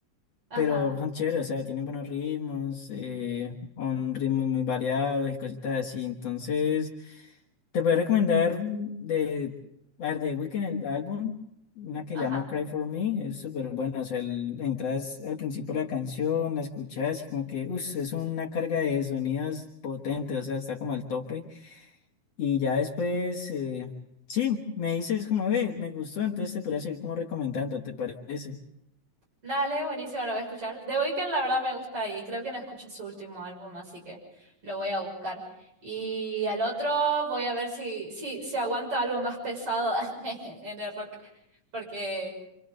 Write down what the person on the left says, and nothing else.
pero son chéveres, o sea, tienen buenos ritmos, eh, un ritmo muy variado y cositas así. Entonces, te voy a recomendar de, a ver, de Weeknd el álbum, una que
llama Cry For Me, es súper bueno, o sea, el- entras al principio de la canción, la escuchas y como que, uff, es una carga de sonidos potente, o sea, está como al tope. Y ya después, eh, sí, me dices como, ve, me gustó, entonces te podría seguir como recomendando, ¿te parece?